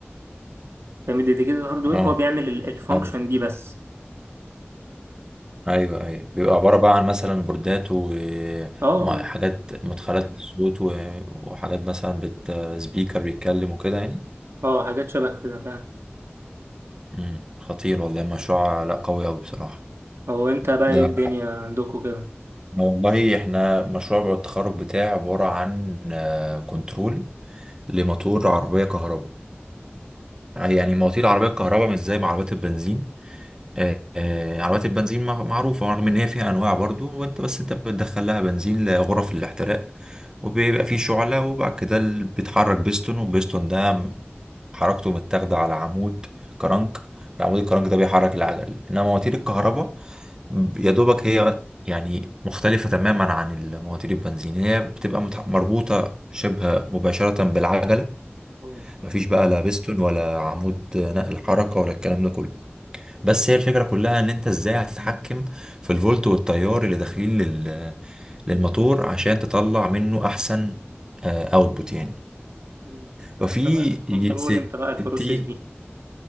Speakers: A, on the right (about 80°); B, on the right (about 20°).
A: فاهم ديديكيتد هاردوير
B: اه
A: هو بيعمل الفانكشن
B: اه
A: دي بس
B: ايوه ايوه بيبقى عباره بقى عن مثلا بوردات وحاجات
A: اه اه
B: مدخلات للصوت و- وحاجات مثلا بت سبيكر يتكلم وكده يعني
A: آه، حاجات شبه كده فعلا
B: امم خطير
A: مم.
B: والله مشروع لا قوي قوي بصراحه
A: هو انت
B: ده
A: بقى ايه الدنيا عندكم كده
B: والله احنا مشروع التخرج بتاعي عباره عن كنترول لموتور عربيه كهرباء يعني مواتير العربية الكهرباء مش زي ما عربيات البنزين آه، آه، عربيات البنزين مع- معروفة رغم إن هي فيها أنواع برضو وأنت بس أنت بتدخل لها بنزين لغرف الاحتراق وبيبقى فيه شعلة وبعد كده ال- بيتحرك بيستون والبيستون ده م- حركته متاخدة على عمود كرنك العمود الكرنك ده بيحرك العجل إنما مواتير الكهرباء ب- يا دوبك هي يعني مختلفة تماما عن المواتير البنزين هي بتبقى متح- مربوطة شبه مباشرة بالعجلة
A: اه
B: مفيش بقى لا بيستون ولا عمود نقل حركة ولا الكلام ده كله بس هي الفكرة كلها ان انت ازاي هتتحكم في الفولت والتيار اللي داخلين لل... للموتور عشان تطلع منه احسن اوتبوت يعني
A: مم. فانت
B: ففي
A: بقى بتكنترول
B: 60
A: انت بقى البروسيس دي